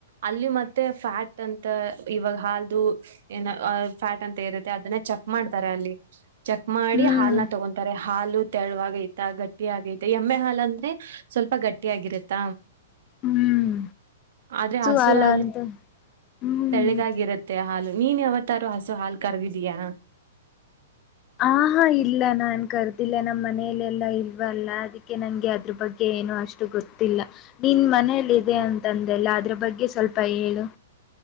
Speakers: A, on the right; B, on the left.
A: ಅಲ್ಲಿ ಮತ್ತೆ ಫ್ಯಾಟ್ ಅಂತ ಇವಾಗ ಹಾಲ್ದು ಏನ ಫ್ಯಾಟ್ ಅಂತ ಇರುತ್ತೆ ಅದನ್ನ ಚೆಕ್ ಮಾಡ್ತಾರೆ ಅಲ್ಲಿ ಚೆಕ್ ಮಾಡಿ
B: ಹ್ಮ್
A: ಹಾಲ್ನ ತಗೊಂತಾರೆ. ಹಾಲು ತೆರಳುವಾಗೈತ ಗಟ್ಟಿ ಆಗೈತ ಎಮ್ಮೆ ಹಾಲ್ ಅಂದ್ರೆ ಸ್ವಲ್ಪ ಗಟ್ ಟ್ಟಿ ಆಗಿರುತ್ತ
B: ಹ್ಮ್
A: ಆದ್ರೆ ಹಸು
B: ಹಾಲ
A: ಹಾಲ್
B: ಅಂತ ಹ್ಮ್
A: ತಳ್ಗಾಗಿರುತ್ ತ್ತೆ ಹಾಲು ನೀನ್ ಯಾವತ್ತಾರು ಹಸು ಹಾಲ್ ಕರ್ದಿದ್ಯಾ?
B: ಆಹಾ ಇಲ್ಲ ನಾನ್ ಕರ್ದಿಲ್ಲ ನಮ್ ಮನಲೆೆಲ್ಲಾ ಇಲ್ವಲ್ಲ ಅದಕ್ಕೆ ನನ್ಗೆ ಅದ್ರ ಬಗ್ಗೆ ಏನು ಅಷ್ಟು ಗೊತ್ತಿಲ್ಲ. ನಿನ್ ಮನೇಲಿದೆ ಅಂತಂದೆಲ್ಲ ಅದ್ರ ಬಗ್ಗೆ ಸ್ವಲ್ಪ ಹೇಳು.